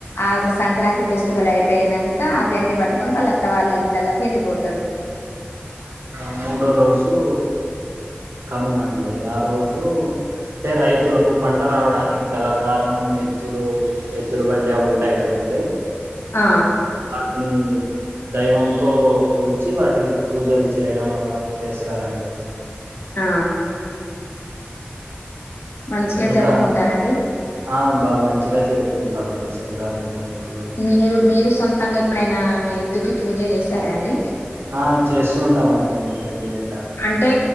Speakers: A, on the left; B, on the right.
A: ఆ సంక్రాంతి ఫెస్టివల్ అయిపోయినంక అవి అన్ని పట్టుకొని వాళ్ళ అత్త వాళ్ళ ఇండ్లల్ల వెళ్ళిపోతరు.
B: ఆ మూడో రోజు కనుమ అండి, ఆ రోజు అంటే రైతులకు పంట రావడానికి గల కారణం ఎద్దులు, ఎద్దులు ఇవ్వండి అవి ఉంటాయి కదండి,
A: ఆ
B: వాటిని దైవంతో కొలిచి వాటికి పూజలు చేయడం అలా చేస్తారండి.
A: ఆ మంచిగా
B: ఇంకా
A: జరుపుకుంటారండి
B: ఆ బా మంచిగా జరుపుకుంటామండి. సంక్రాంతి మా ఊర్లో
A: మీరు మీరు సొంతంగా ఎప్పుడైనా మీ ఎద్దుకి పూజ చేసారా అండి?
B: ఆ చేస్తూ ఉంటామండి మేము. ప్రతి ఏటా
A: అంటే